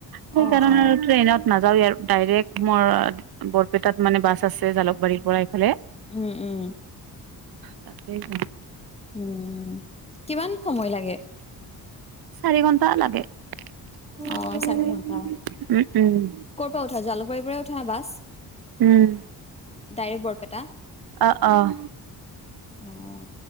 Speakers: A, on the right; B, on the left.
A: সেইকাৰণে
B: অ অ
A: আৰু ট্ৰেইনত নাযাওৱেই আৰ ডাইৰেক্ট মোৰ বৰপেটাত মানে বাছ আছে জালুকবাৰীৰ পৰা এইফালে।
B: উম' উম।
A: তাকেইতো।
B: উম উম, কিমান সময় লাগে?
A: চাৰি ঘন্টা লাগে।
B: অ
A: উম
B: চাৰি ঘন্টা
A: উম।
B: ক'ৰ পৰা উঠা জালুকবাৰীৰ পৰাই উঠা বাছ?
A: উম।
B: ডাইৰেক্ট বৰপেটা?
A: অঁ অঁহ।
B: অঁ,